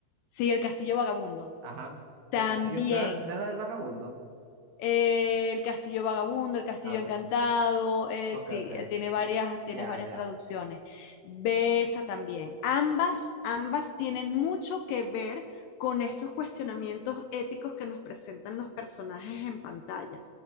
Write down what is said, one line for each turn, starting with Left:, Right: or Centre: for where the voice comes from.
Left: Sí, el castillo vagabundo.
Right: Ajá.
Left: También.
Right: El castillo, ¿no era, no era del vagabundo?
Left: eh, El Castillo Vagabundo, El Castillo
Right: Ah, bueno.
Left: Encantado, eh,
Right: Ok,
Left: sí,
Right: ok.
Left: eh, tiene varias, tienes
Right: Ya,
Left: varias
Right: ya.
Left: traducciones. Ve esa también. Ambas, ambas tienen mucho que ver con estos cuestionamientos éticos que nos presentan los personajes en pantalla